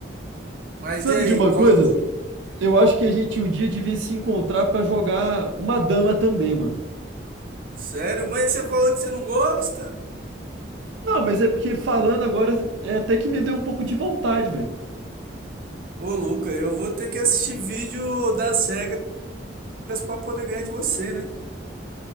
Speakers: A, on the right; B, on the right.
A: Mas
B: Sabe
A: e aí,
B: de uma
A: qual
B: coisa?
A: jogo?
B: Eu acho que a gente um dia devia se encontrar pra jogar uma dama também, mano.
A: Sério? Mas você fala que você não gosta?
B: Não, mas é porque falando agora é até que me deu um pouco de vontade, velho.
A: Ô, Luca, eu vou ter que assistir vídeo das regras pra poder ganhar de você, né?